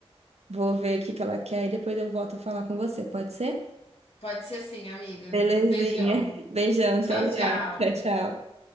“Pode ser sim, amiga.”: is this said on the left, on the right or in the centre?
Left